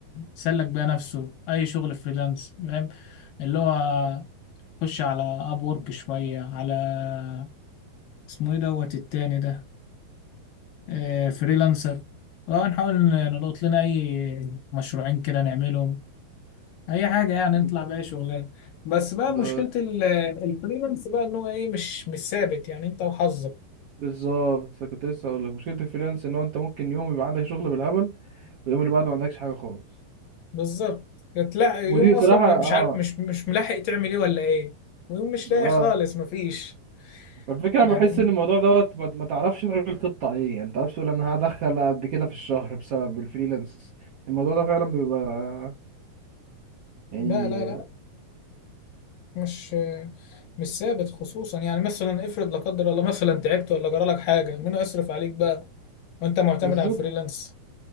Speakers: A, on the left; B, on the right.
A: يسلك بيها نفسه أي شغل فريلانس فاهم اللي هو خش على أب وورك شوية على اسمه إيه دوت التاني ده آه فريلانسر ونحاول نلقط لنا أي مشروعين كده نعملهم أي حاجة يعني
B: انت
A: نطلع بأي شغلانة بس بقى مشكلة
B: ده
A: ال- الفريلانس بقى إن هو إيه مش مش ثابت يعني أنت وحظك
B: بالظبط كنت لسه هقول لك مشكله الفريلانس ان هو انت ممكن يوم يبقى عندك شغل بالهبل واليوم اللي بعده ما عندكش حاجه خالص
A: بالظبط تلاقي يوم
B: ودي بصراحه
A: اصلا مش
B: اه
A: عارف مش مش ملاحق تعمل ايه ولا ايه ويوم مش لاقي
B: اه
A: خالص مفيش
B: فالفكره
A: يعني
B: انا بحس ان الموضوع دوت ما ما تعرفش تعمل خطه عليه يعني ما تعرفش تقول انا هدخل قد كده في الشهر بسبب الفريلانس الموضوع ده فعلا بيبقى يعني
A: لا لا لا مش مش ثابت خصوصا يعني مثلا افرض لا قدر الله مثلا تعبت ولا جرى لك حاجه مين يصرف عليك بقى وانت معتمد
B: بالظبط
A: على الفريلانس